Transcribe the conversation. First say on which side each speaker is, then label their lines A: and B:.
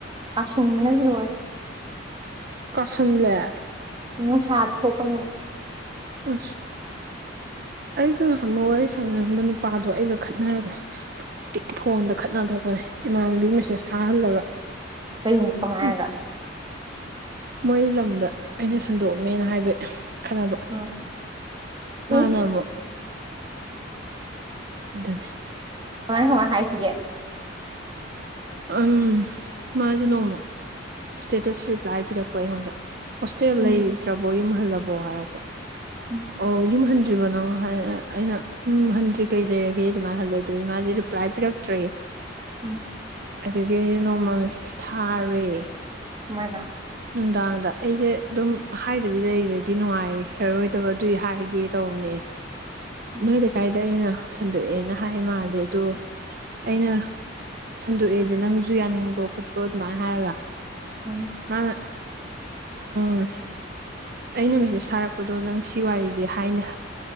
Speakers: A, on the right; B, on the right.
A: ꯑꯁꯅꯁꯨ ꯂꯣꯏ
B: ꯀꯁ ꯂ
A: ꯎꯝ ꯁꯥ ꯊ ꯄ ꯅ
B: ꯑ
A: <unintelligible>
B: ꯑꯩꯒ ꯉꯍꯕ ꯋꯥꯔꯤ ꯁꯥꯟꯅꯔꯝꯕ ꯅꯨꯄꯥꯗꯣ ꯑꯩꯒ ꯈꯠꯅꯈ꯭ꯔꯦꯤ ꯐꯣꯟꯗ ꯈꯠꯅ ꯊꯣꯛꯣꯛꯄꯅꯦ ꯏꯃꯥꯟꯅꯕꯤ ꯃꯦꯁꯦꯁ ꯊꯥꯍꯜꯂꯒ
A: ꯀꯩꯅ ꯀꯃꯑꯒ
B: ꯎꯝ ꯃꯣꯏ ꯂꯝꯗ ꯑꯩꯅ ꯁꯟꯗꯣꯛꯑꯝꯃꯦꯅ ꯍꯥꯏꯕ ꯈꯟꯅꯕ
A: ꯎꯝ
B: ꯃꯥꯅꯃ
A: ꯑꯦ
B: ꯑꯗꯨꯅꯦ
A: ꯀꯃꯥꯏ ꯍꯃꯥꯏ ꯍꯥꯏꯈꯤꯒꯦ
B: ꯎꯝ ꯃꯥꯁꯦ ꯅꯣꯡꯃ ꯏꯁꯇꯦꯇꯁ ꯔꯤꯄ꯭ꯂꯥꯏ ꯄꯤꯔꯛꯄ ꯑꯩꯉꯣꯟꯗ ꯍꯣꯁꯇꯦꯜ
A: ꯎꯝ
B: ꯂꯩꯇ꯭ꯔꯕꯣ ꯌꯨꯝꯍꯜꯂꯕꯣ ꯍꯥꯏꯔꯛꯄ
A: ꯎꯝ
B: ꯑꯣ ꯌꯨꯝꯍꯟ ꯗ꯭ꯔꯤꯕꯣ ꯅꯪ ꯑꯩꯅ ꯎꯝ ꯍꯟꯗ꯭ꯔꯤ ꯀꯩ ꯂꯩꯔꯒꯦ ꯑꯗꯨꯃꯥꯏꯅ ꯍꯜꯂꯦ ꯑꯗꯨꯗꯤ ꯃꯥꯗꯤ ꯔꯤꯄ꯭ꯂꯥꯏ ꯄꯤꯔꯛꯇ꯭ꯔꯦ
A: ꯎꯝ
B: ꯑꯗꯨꯗꯒꯤ ꯑꯩꯅ ꯅꯣꯡꯃ ꯃꯤꯁ ꯊꯥꯔꯦ
A: ꯃꯥꯏꯅ
B: ꯅꯨꯡꯗꯥꯡꯗ ꯑꯩꯁꯦ ꯑꯗꯨꯝ ꯍꯥꯏꯗꯕꯤ ꯂꯩꯔꯗꯤ ꯅꯨꯡꯉꯥꯏꯈꯔꯔꯣꯏꯗꯕ ꯑꯗꯨꯏ ꯍꯥꯏꯒꯦ ꯇꯧꯕꯅꯦ
A: ꯎꯝ
B: ꯅꯣꯏꯗ ꯀꯥꯏꯗ ꯑꯩꯅ ꯁꯟꯗꯣꯛꯑꯦꯅ ꯍꯥꯏ ꯃꯥꯜꯂꯦ ꯑꯗꯣ ꯑꯩꯅ ꯁꯟꯗꯣꯛꯑꯦꯁꯦ ꯅꯪꯁꯨ ꯌꯥꯅꯤꯡꯕ꯭ꯔꯣ ꯈꯣꯠꯄ꯭ꯔꯣ ꯑꯗꯨꯃꯥꯏꯅ ꯍꯥꯏꯔꯒ
A: ꯎꯝ
B: ꯃꯥꯅ ꯎꯝ ꯑꯩꯅ ꯃꯦꯁꯦꯁ ꯊꯥꯔꯛꯄꯗꯣ ꯅꯪ ꯁꯤ ꯋꯥꯔꯤꯁꯦ ꯍꯥꯏꯅ